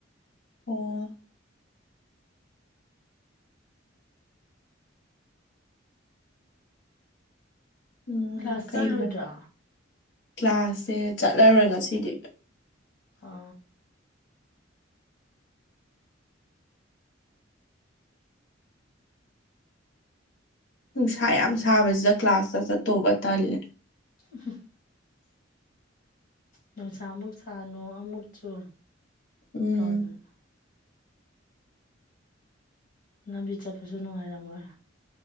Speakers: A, on the left (about 65°); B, on the left (about 45°).
A: ꯑꯣ ꯎꯝ
B: ꯀ꯭ꯂꯥꯁ
A: ꯀꯩ
B: ꯆ ꯂꯣꯏꯇ꯭ꯔꯥ
A: ꯃ ꯀ꯭ꯂꯥꯁꯁꯦ ꯆꯠꯂꯔꯣꯏ ꯉꯁꯤꯗꯤ
B: ꯑ
A: ꯅꯨꯡꯁꯥ ꯌꯥꯝ ꯁꯥꯕꯁꯤꯗ ꯀ꯭ꯂꯥꯁꯇ ꯆꯠꯇꯧꯕ ꯇꯜꯂꯦ
B: ꯎ ꯅꯨꯡꯁꯥ ꯑꯃꯨꯛ ꯁꯥꯅꯨ ꯑꯃꯨꯛ ꯆꯨ
A: ꯎꯝ
B: ꯇꯧꯗꯅ ꯂꯝꯕꯤ ꯆꯠꯄꯁꯨ ꯅꯨꯡꯉꯥꯏꯔꯝꯃꯣꯏ